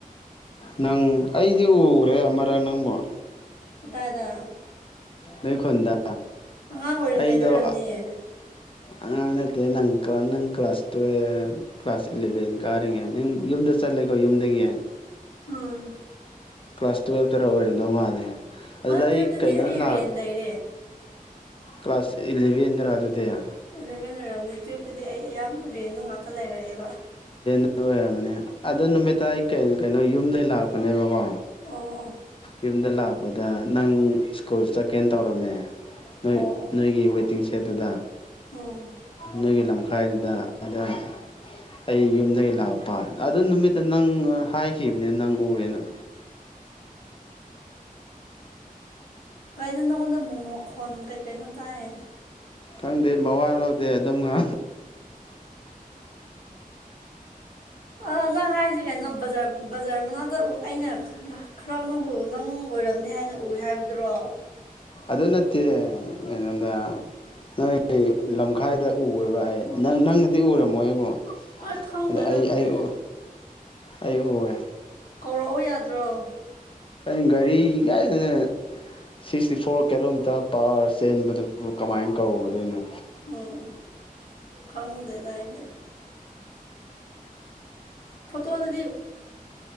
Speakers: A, on the left; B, on the left.
A: ꯅꯪ ꯑꯩꯗꯤ ꯎꯈ꯭ꯔꯦ ꯑꯃꯔꯛ ꯅꯪꯕꯨ
B: ꯑꯗꯥꯥꯏꯗ
A: ꯅꯣꯏ ꯈꯨꯟꯗ
B: ꯑꯉꯥꯡ ꯑꯣꯏꯔꯤꯉꯩꯗ
A: ꯑꯩꯗꯣ
B: ꯑꯣꯏꯝꯅꯤꯌꯦ
A: ꯑꯉꯥꯡ ꯅꯠꯇꯦ ꯅꯪ ꯅꯪ ꯀ꯭ꯂꯥꯁ ꯇꯨꯌꯦꯜꯐ ꯀ꯭ꯂꯥꯁ ꯏꯂꯦꯚꯦꯟ ꯀꯥꯔꯤꯉꯩ ꯅꯪ ꯌꯨꯝꯗ ꯆꯠ ꯆꯠꯂꯦꯀꯣ ꯌꯨꯝꯗꯒꯤ
B: ꯎꯝ
A: ꯀ꯭ꯂꯥꯁ ꯇꯨꯌꯦꯜꯞꯇꯔ ꯑꯣꯏꯔꯝꯗꯧ ꯃꯥꯜꯂꯦ ꯑꯗꯨꯗ
B: ꯑ ꯇꯨꯌꯦꯜꯞꯇꯗꯤ
A: ꯑꯩ ꯀꯩꯅꯣ
B: ꯑꯩ
A: ꯂꯥꯛ
B: ꯔꯦꯟ ꯂꯩꯔꯦ
A: ꯀ꯭ꯂꯥꯁ ꯏꯂꯤꯚꯟ ꯔ ꯑꯗꯨꯗ
B: ꯏꯂꯚꯦꯟ ꯂꯩꯔꯝꯅꯤ ꯇꯨꯌꯦꯜꯞꯇꯗꯤ ꯑꯩ ꯑꯌꯥꯝ ꯔꯦꯟꯗ ꯉꯥꯛꯇ ꯂꯩꯔꯛꯑꯦꯕ
A: ꯑꯣꯏꯔꯕꯅꯤ ꯑꯗꯣ ꯅꯨꯃꯤꯠ ꯇ ꯑꯩ ꯀꯩꯅꯣ ꯀꯩꯅꯣ ꯌꯨꯝꯗꯒꯤꯩ ꯂꯥꯛꯄꯅꯦꯕꯀꯣ
B: ꯑꯣ ꯑꯣ
A: ꯌꯨꯝꯗ ꯂꯥꯛꯄꯗ ꯅꯪ ꯁ꯭ꯀꯨꯜ ꯆꯠꯀꯦꯅ ꯇꯧꯔꯝꯃꯦ ꯅꯣꯏ
B: ꯑꯣ
A: ꯅꯣꯏꯒꯤ ꯋ ꯃꯤ ꯇꯤꯡ ꯁꯦꯠꯇꯨꯗ
B: ꯎꯝ
A: ꯅꯣꯏꯒꯤ ꯂꯝꯈꯥꯏꯗꯨꯗ ꯑꯗꯨꯗ ꯑꯩ ꯌꯨꯝꯗꯒꯤ ꯂꯥꯛꯄ ꯑꯗꯨ ꯅꯨꯃꯤꯠꯇ ꯅꯪ ꯍꯥꯏꯈꯤꯕꯅꯤ ꯅꯪ ꯎꯔꯦ ꯅꯪ
B: ꯀ ꯀꯩꯅꯣ ꯅꯪꯉꯣꯟꯗꯅꯨꯡ ꯃꯈꯣꯟ ꯀꯩꯀꯩꯅꯣ ꯇꯥꯏꯌꯦ
A: ꯈꯪꯗꯦ ꯃꯋꯥ ꯂꯧꯗꯦ ꯑꯗꯨꯝ ꯉ
B: ꯑ ꯅꯪ ꯍꯥꯏꯁꯦ ꯀꯩꯅꯣ ꯕꯥꯔ ꯕꯖꯥꯔ ꯃꯅꯥꯗ ꯑꯩꯅ ꯈꯔ ꯅꯪꯕꯨ ꯅꯪ ꯑꯣꯏꯔꯝꯅꯤ ꯍꯥꯏꯅ ꯎꯏ ꯍꯥꯏꯕ ꯭ꯔꯣ
A: ꯑꯗꯨ ꯅꯠꯇꯦ ꯀꯩꯅꯣꯗ ꯅꯣꯏ ꯂꯝꯈꯥꯏꯗ ꯎꯦꯕ ꯑꯩ ꯅꯪ ꯅꯪꯅꯗꯤ ꯎꯔꯝꯃꯣ ꯑꯩꯕꯨꯣ
B: ꯑꯩ ꯈꯪꯗꯦꯗ
A: ꯑꯗ ꯑꯩ
B: ꯑꯗꯨꯗꯤ
A: ꯑꯩ ꯎ ꯑꯩ ꯎꯋꯦ
B: ꯀꯧꯔꯛꯑꯣ ꯌꯥꯗ꯭ꯔꯣ
A: ꯑꯩꯅ ꯒꯥꯔꯤ ꯀꯥꯏꯗꯅ ꯁꯤꯛꯁꯇꯤ ꯐꯣꯔ ꯀꯤꯂꯣꯃꯤꯇꯔ ꯄꯋꯥꯔ ꯆꯦꯟꯕꯗꯨꯕꯨ ꯀꯃꯥꯏꯅ ꯀꯧꯗꯣꯏꯅꯣ
B: ꯎꯝ ꯎꯝ ꯈꯪꯗꯦꯗꯥꯏꯗꯤ ꯐꯠꯇꯣ ꯑꯗꯨ